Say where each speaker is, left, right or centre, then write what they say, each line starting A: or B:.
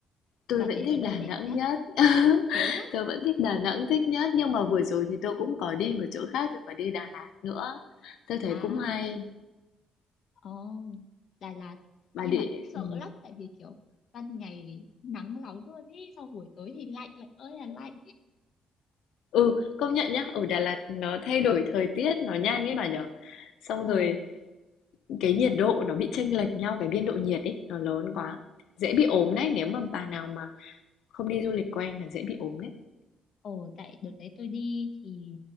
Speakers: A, on the left; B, on the left.
A: tôi
B: bà
A: vẫn
B: thấy
A: thích
B: ở đâu
A: Đà
B: đẹp
A: Nẵng
B: nhất?
A: nhất. <laughs>
B: Thế á?
A: Tôi vẫn thích Đà Nẵng thích nhất nhưng mà vừa rồi thì tôi cũng có đi một chỗ khác, tôi phải đi Đà Lạt nữa. Tôi thấy
B: À,
A: cũng hay.
B: Ồ, Đà Lạt
A: Bà
B: nhưng
A: đi
B: mà sợ
A: ừ,
B: lắm tại vì kiểu ban ngày nắng nóng luôn ý sau buổi tối thì lạnh lạnh ơi là lạnh
A: Ừ, công nhận nhá, ở Đà Lạt nó thay đổi thời tiết nó nhanh ấy bà nhở. Xong
B: ồ
A: rồi Cái nhiệt độ nó bị chênh lệch nhau, cái biên độ nhiệt ấy, nó lớn quá. Dễ bị ốm đấy, nếu mà bà nào mà không đi du lịch quen là dễ bị ốm đấy.
B: ồ tại đợt đấy tôi đi thì